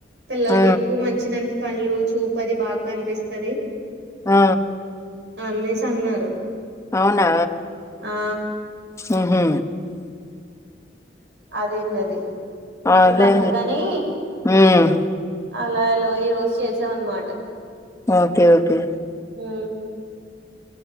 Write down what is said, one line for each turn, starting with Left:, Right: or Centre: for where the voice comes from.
Right: పిల్లలకి
Left: ఆ
Right: ఎక్కువ మంచిదంటే కళ్ళు చూపు అది బాగా కనిపిస్తది
Left: ఆ
Right: అన్నేసి అన్నారు
Left: అవునా
Right: ఆ
Left: ఉహు
Right: అదేందది
Left: అదే
Right: ఇంకా అందుకని
Left: హ్మ్
Right: అలా లో ఈ రోజు చేశావన్నమాట
Left: ఓకే ఓకే
Right: ఉ